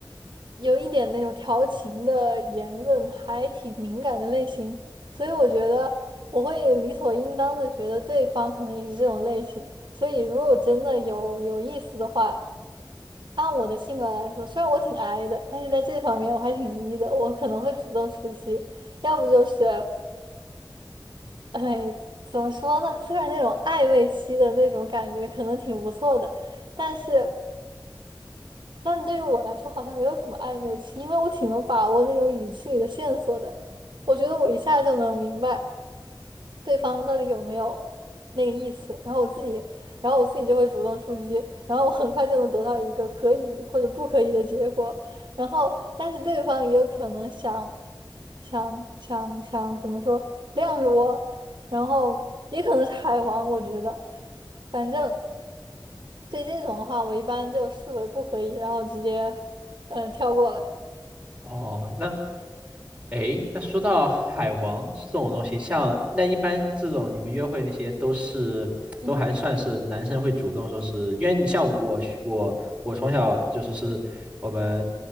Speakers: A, on the right; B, on the right.
A: 有一点那种调情的言论，还挺敏感的类型，所以我觉得我会理所应当的觉得对方可能也是这种类型，所以如果真的有有意思的话，按我的性格来说，虽然我挺 I 的，但是在这方面我还挺 E 的，我可能会主动出击，要不就是，哎，怎么说呢？虽然那种暧昧期的那种感觉可能挺不错的，但是。但对于我来说，好像没有什么暧昧期，因为我挺能把握那种语气里的线索的。我觉得我一下就能明白对方到底有没有那个意思，然后我自己，然后我自己就会主动出击，然后我很快就能得到一个可以或者不可以的结果。然后，但是对方也有可能想，想想想怎么说晾着我，然后也可能是海王，我觉得，反正。对这种的话，我一般就视为不可以，然后直接嗯呃跳过了。
B: 哦，那诶，那说到海王这种东西，像那一般这种你们约会那些都是都还算是男生会主动说是，
A: 嗯哼，
B: 因为你像我学我我从小就是是我们